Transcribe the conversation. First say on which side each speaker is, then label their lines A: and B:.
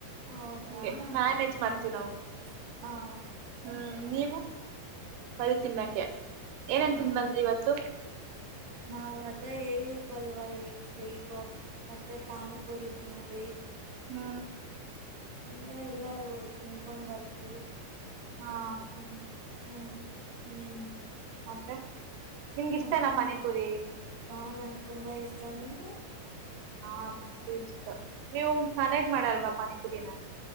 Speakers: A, on the right; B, on the right.
A: ಹೌದಾ
B: ಹಂಗೆ ಮ್ಯಾನೇಜ್ ಮಾಡ್ತೀವಿ
A: ಹ್ಮ್
B: ನಾವು
A: ಹಾ
B: ಹ್ಮ್ ನೀವು ವಲ್ಲಿ ತಿನ್ನಕ್ಕೆ ಏನೇನ್
A: ಹಾ
B: ತಿನ್ ಬಂದ್ರಿ ಇವತ್ತು
A: ನಾವು ಅದೇ ಹೇಳಿದ್ವಲ್ವ ಇಡ್ಲಿಗೋ ಮತ್ತೆ ಪಾನಿಪುರಿ ತಿಂದ್ವಿ
B: ಹ್ಮ್
A: ನಿಂಗೆ ಎಲ್ಲಾ ತಿಂದಕೊಂಡ್ ಬರ್ತೀವಿ
B: ಹಾ
A: ಹ್ಮ್ ಹ್ಮ್
B: ಹ್ಮ್ ಮತ್ತೆ ನಿಮ್ಗೆ ಇಷ್ಟನಾ
A: ಮತ್ತೆ
B: ಪಾನಿಪುರಿ
A: ಹಾ ನಂಗ್ ತುಂಬಾ ಇಷ್ಟ ನಿಮ್ಗೆ
B: ಹಾ ನಮ್ಗೂ ಇಷ್ಟ ನೀವು ಮನೆಗ್ ಮಾಡಲ್ವಾ ಪಾನಿಪುರಿನ